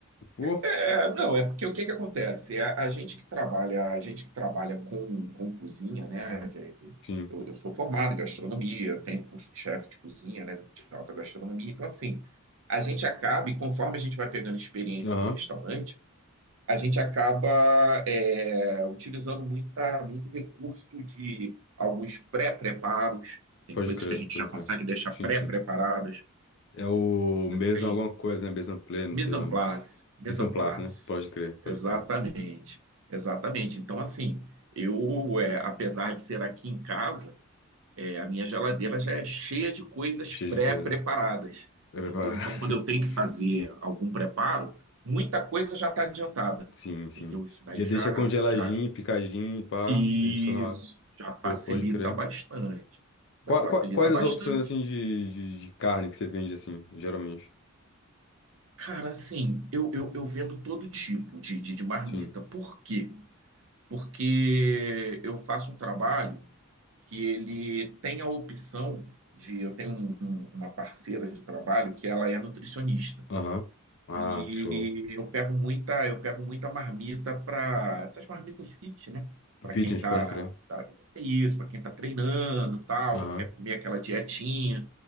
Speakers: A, on the left; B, on the right.
A: Pô,
B: É, não, é porque o que que acontece? A, a gente que trabalha, a gente que trabalha com, com cozinha, né? que- que-
A: sim.
B: eu, eu sou formado em gastronomia, tenho curso de chefe de cozinha, né? De alta gastronomia. Então, assim, a gente acaba, e conforme a gente vai pegando experiência
A: Aham.
B: no restaurante, a gente acaba é, utilizando muita, muito recurso de alguns pré-preparos. Tem
A: Pode
B: coisas
A: crer,
B: que a gente
A: pode
B: já consegue
A: crer.
B: deixar
A: Sim,
B: pré-preparadas.
A: sim. É o mesmo
B: Tem,
A: alguma coisa, né? mesmo Play, não
B: Mise
A: sei o
B: en
A: nome
B: place,
A: disso.
B: mise
A: Mise en
B: en
A: place,
B: place.
A: né? Pode crer, pode
B: Exatamente,
A: crer.
B: exatamente. Então, assim, eu, é, apesar de ser aqui em casa, é, a minha geladeira já é cheia de coisas
A: Cheio
B: pré-preparadas,
A: de coisa. Pra preparar.
B: entendeu? Então, quando eu tenho
A: <laughs>
B: que fazer algum preparo, muita coisa já está adiantada,
A: Sim, sim.
B: entendeu? Isso daí
A: Já deixa
B: já,
A: congeladinho,
B: já,
A: picadinho, pá.
B: isso,
A: Deixa só na hora.
B: já facilita
A: Pô, pode crer.
B: bastante,
A: Qua-
B: já facilita
A: qua- quais
B: bastante.
A: as opções, assim, de, de, de carne que você vende, assim, geralmente?
B: Cara, assim, eu, eu, eu vendo todo tipo de, de, de marmita.
A: Sim.
B: Por quê? porque eu faço um trabalho que ele tem a opção de. Eu tenho um- um- uma parceira de trabalho que ela é nutricionista.
A: Aham. Ah,
B: E
A: show.
B: eu pego muita, eu pego muita marmita para essas marmitas fit, né? Para
A: Fitness,
B: quem tá,
A: pode crer.
B: tá é isso, para quem tá treinando, tal,
A: Aham.
B: que quer comer aquela dietinha.